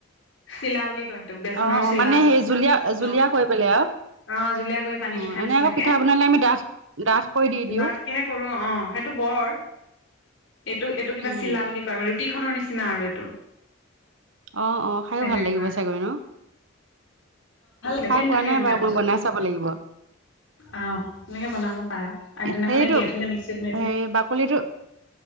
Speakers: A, on the left; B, on the right.
A: চিলা বুলি কয়। সেইটো বেচনৰ
B: অ অ
A: চিলা
B: মানে
A: হয়।
B: সেই জুলীয়া জুলীয়া
A: অ, অ,
B: কৰি পেলাই আৰু
A: জুলীয়া কৰি পানী
B: অ
A: পিঠা
B: এনে
A: নিচিনাকে
B: আকৌ পিঠা বনালে আমি ডাঠ ডাঠ কৰি দি দিওঁ
A: ধাত কেহে কৰো অ, সেইটো বৰ এইটো এইটো কিবা
B: উম
A: চিলা বুলি কয় মানে ৰুটি খনৰ নিচিনা নিচিনা আৰু এইটো।
B: অ অ খাইও
A: তেনেকুৱা
B: ভাল লাগিব চাগৈ ন।
A: লেটিন
B: খাই পোৱা
A: থাকে
B: নাই
A: এইবিলাক
B: বাৰু
A: বস্তুত
B: মই বনাই চাব লাগিব।
A: অ এনেকে বনাব পাৰা আগদিনাখনে
B: সেইটো,
A: তিয়াই থলে মিক্সিত মাৰি
B: হে
A: দিলে
B: বাকলিটো